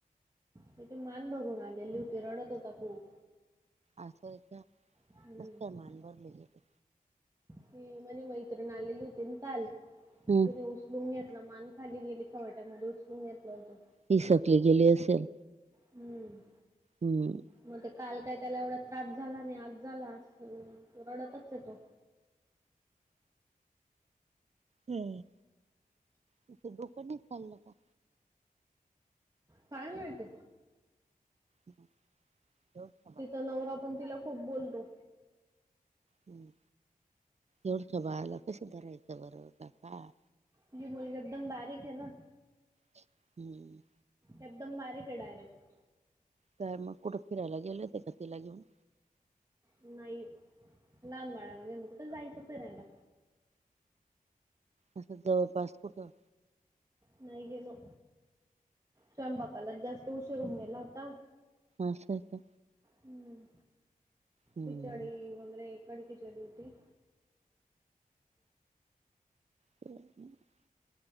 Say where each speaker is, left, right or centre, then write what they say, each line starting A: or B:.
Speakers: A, on the right; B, on the right.
A: त्याची मान भरून आलेली होती रडत होता खूप.
B: अस हाय का? कसं
A: हम्म
B: काय मान भरलेली ते.
A: ती माझी मैत्रिण आलेली होती ना काल
B: हम्म
A: तीन उ उचलून घेतल मान खाली गेली खवट्यामध्ये उचलून घेतलं होतं.
B: ती शेवटी गेली असल.
A: हम्म.
B: हम्.
A: मग ते काल काय त्याला एवढा त्रास झाला नाही आज झाला <unintelligible> रडतच आहे तो.
B: हम्, तिच डोक नाही चाललं का?
A: काय माहिती.
B: हम, ठेव फोन.
A: तिचा नवरा पण तिला खूप बोलतो.
B: हम्म एवढसं बाळाला कसं धरायचं बर काका.
A: जी मुल एकदम बारीकय ना.
B: <inaudible> हम्म.
A: एकदम बारीकय डायरेक्.
B: तर मग, कुठं फिरायला गेले होते का, तिला घेऊन?
A: नाही. लहान बाळायला घेऊन, कुठं जायचं फिरायला?
B: असं, जवळपास कुठं?
A: नाही गेलो. स्वयंपाकालाच जास्त उशीर व्हायला होता.
B: असं आहे का
A: हम्म.
B: हम्म
A: तेच डी वगैरे कड कीचडी होती.
B: <unintelligible>